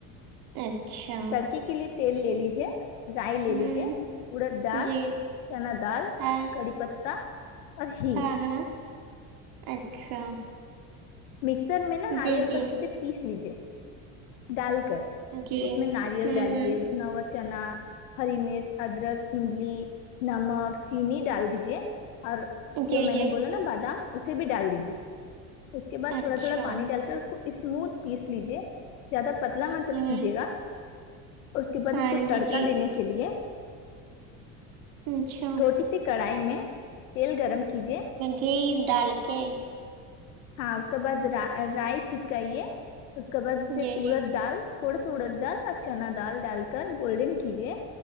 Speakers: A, on the right (about 65°); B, on the left (about 85°).
A: اچھا
B: تڑکے کے لیے تیل لے لیجیے رائی لے
A: ہوں
B: لیجے اڑد ڈال
A: جی
B: چنا دال
A: ہاں
B: کری پتا اور ہینگ
A: ہاں ہاں اچھا
B: مکسر میں نا ناریل
A: جی جی
B: کا اچھے سے پیس لیجیے ڈال کر
A: جی
B: اس
A: ہوں
B: میں ناریل ڈالیے
A: ہوں
B: بھنا ہوا چنا ہری مرچ ادرک املی نمک چینی ڈال دیجیے اور
A: جی
B: جو میں
A: جی
B: نے بولا نا بادام اسے بھی ڈال دیجیے اس کے بع
A: اچھا
B: تھوڑا تھوڑا پانی ڈال کر اس کو اسموتھ پیس لیجے زیادہ پتلا مت
A: ہوں
B: کیجیے گا اس کے بعد
A: ہاں
B: اس کو تڑکا
A: جی جی
B: دینے کے لیے
A: اچھا
B: چھوٹی سی کڑھائی میں تیل گرم کیجے
A: کھیر ڈال کے
B: ہاں اس کے بعد رائی چھٹکائیے اس کے بعد پھر
A: جی جی
B: اڑد دال تھوڑا سا اڑد ڈال اور چنا دال ڈال کر گولڈن کیجیے